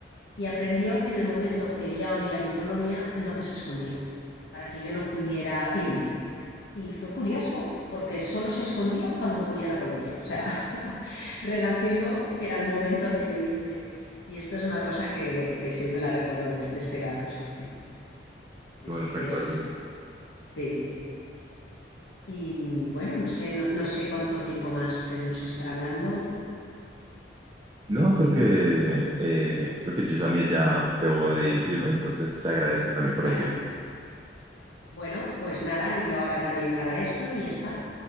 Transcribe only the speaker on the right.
Qué buenos recuerdos.
No, creo que, eh, creo que yo también ya debo de ir- irme, entonces te agradezco también por
el tiempo.